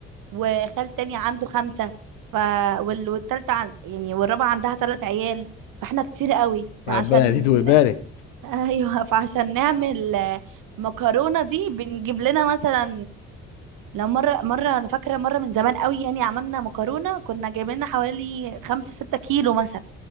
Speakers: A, on the right; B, on the left.
A: وخال تاني عنده خمسة ف وال... والتالتة عن... يعني والرابعة عندها تلات عيال فاحنا كتير قوي فعشان
B: ربنا يزيد ويبارك
A: <laughs> ايوه فعشان نعمل آه، مكرونة دي بنجيب لنا مثلا لو مرة مرة انا فاكرة مرة من زمان قوي يعني عملنا مكرونة كنا جايبين لنا حوالي خمسة ستة كيلو مثلا